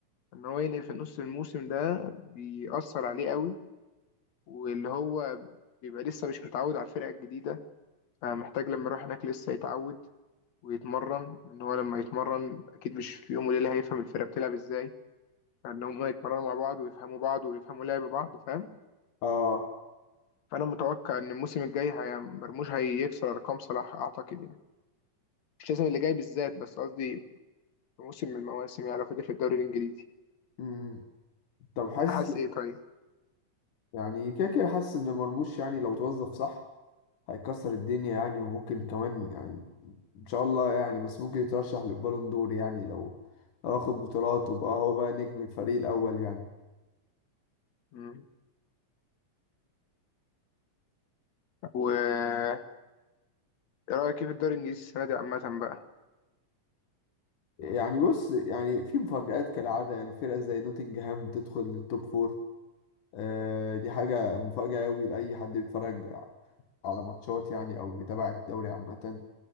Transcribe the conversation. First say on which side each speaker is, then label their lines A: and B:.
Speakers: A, on the left; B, on the left.
A: ان هو ينقل في نص الموسم ده بيأثر عليه قوي واللي هو بيبقى لسه مش متعود على الفرقه الجديده فمحتاج لما يروح هناك لسه يتعود ويتمرن ان هو لما يتمرن اكيد مش في يوم وليله هيفهم الفرقه بتلعب ازاي فان هم يتمرنوا مع بعض ويفهموا بعض ويفهموا لعب بعض فاهم
B: اه
A: فانا متوقع ان الموسم الجاي هي مرموش هيكسر ارقام صلاح اعتقد يعني مش لازم اللي جاي بالذات بس قصدي في موسم من المواسم يعني لو فضل في الدوري الانجليزي
B: امم طب حاسس
A: انت حاسس ايه طيب
B: يعني كده كده حاسس ان مرموش يعني لو توظف صح هيكسر الدنيا يعني وممكن كمان يعني ان شاء الله يعني بس ممكن يترشح للبالون دور يعني لو لو اخد بطولات وبقى هو بقى نجم الفريق الاول يعني
A: مم. و ايه رايك إيه في الدوري الانجليزي السنه دي عامه بقى
B: يعني بص يعني في مفاجآت كالعادة يعني فرقة زي نوتنجهام تدخل للتوب فور آه دي حاجة مفاجأة أوي لأي حد بيتفرج على ماتشات يعني أو بيتابع الدوري عامة